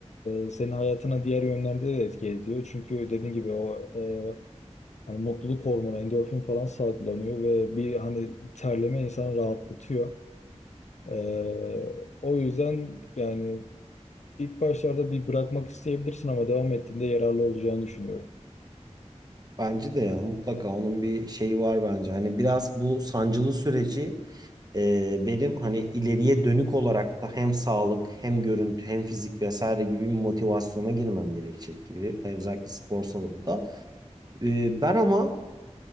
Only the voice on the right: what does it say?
Bence de ya mutlaka onun bir şeyi var bence. Hani biraz bu sancılı süreci e, benim hani ileriye dönük olarak da hem sağlık hem görüntü hem fizik vesaire gibi bir motivasyona girmem gerekecek gibi. Hani Özellikle spor salonunda. Ee, Ben ama